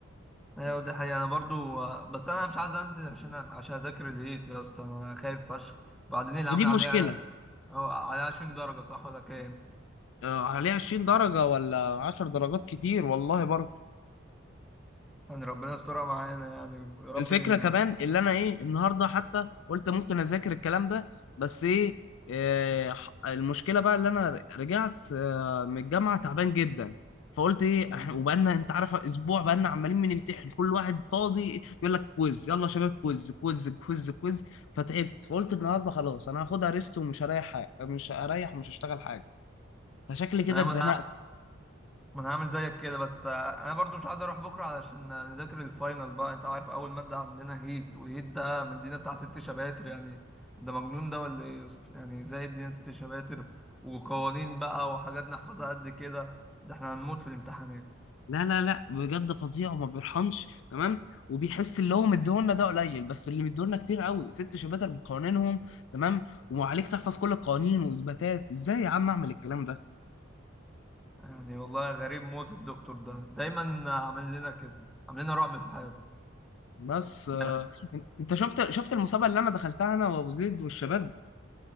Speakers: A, in the centre; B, on the left (about 65°).
A: ايوه دي حقيقة انا برضو بس انا مش عايز انزل عشان عشان اذاكر الهيت يا اسطى انا خايف فشخ بعدين اللي
B: ودي
A: عامل
B: مشكله
A: عليها أو عليها 20 درجة صح ولا كام
B: آه، عليها 20 درجه ولا 10 درجات كتير والله برضه
A: يعني ربنا يسترها معانا يعني ويا رب
B: الفكره
A: ان
B: كمان اللي انا ايه النهارده حتى قلت ممكن اذاكر الكلام ده بس ايه آه، ح- المشكله بقى اللي انا رجعت آه، من الجامعه تعبان جدا فقلت ايه
A: مم.
B: احنا وبقالنا انت عارف اسبوع بقالنا عمالين بنمتحن كل واحد فاضي يقول لك كويز يلا يا شباب كويز كويز كويز كويز فتعبت فقلت النهارده خلاص انا هاخدها ريست ومش هريح حاجه مش هريح ومش هشتغل حاجه فشكلي كده
A: انا
B: اتزنقت
A: ما انا هعمل زيك كده بس آه، انا برضو مش عايز اروح بكره علشان نذاكر الفاينل بقى انت عارف اول ماده عندنا هيت والهيت ده مدينا بتاع ست شباتر يعني ده مجنون ده ولا ايه يا اسطى؟ يعني ازاي ادينا ست شباتر وقوانين بقى وحاجات نحفظها قد كده ده احنا هنموت في الامتحانات
B: لا لا لا بجد فظيع وما بيرحمش تمام وبيحس اللي هو مديهولنا ده قليل بس اللي مديهولنا كتير قوي ست شباتر بقوانينهم تمام وعليك تحفظ كل القوانين واثباتات ازاي يا عم اعمل الكلام ده
A: يعني والله غريب موت الدكتور ده دايما عامل لنا كده عامل لنا رعب في حياتنا
B: بس آه،
A: بس-
B: انت شفت شفت المسابقه اللي انا دخلتها انا وابو زيد والشباب